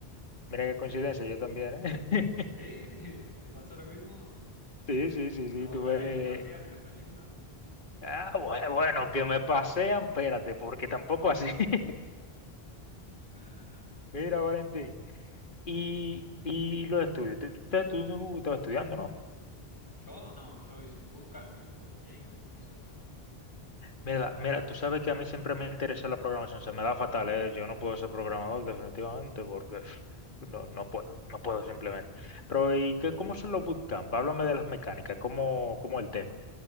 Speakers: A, on the left (about 50°); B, on the left (about 20°).
A: mira qué coincidencia, yo también, ¿eh?
B: ¿Sí?
A: <laughs>
B: <laughs> ¿Te pasó lo mismo?
A: Sí, sí, sí, sí,
B: ¿A vos
A: tú
B: también
A: ves.
B: te pasean en los proyectos?
A: Ah, bue- bueno, que me pasean, espérate, porque tampoco así. <laughs>
B: <laughs>
A: Mira, Valentín. Y, y los estudios. Tú, tú, tú estabas estudiando, ¿no?
B: Yo no, yo hice un bootcamp y lo terminé y me puse a buscar trabajo.
A: Mira, mira, tú sabes que a mí siempre me interesa la programación, se me da fatal, ¿eh? Yo no puedo ser programador definitivamente porque pf, no, no puedo, no puedo simplemente. Pero ¿y qué, cómo son los bootcamp? Háblame de las mecánicas, ¿cómo, cómo el tema?